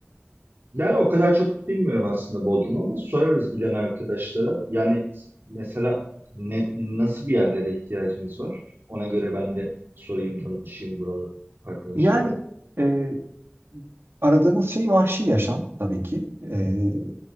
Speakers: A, on the right; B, on the right.
A: Yani o kadar çok bilmiyorum aslında Bodrum ama sorarız bilen arkadaşlara. Yani mesela ne, nasıl bir yerlere ihtiyacımız var? Ona göre ben de sorayım, danışayım buralı arkadaşlara.
B: Yani e, aradığımız şey vahşi yaşam tabii ki. E,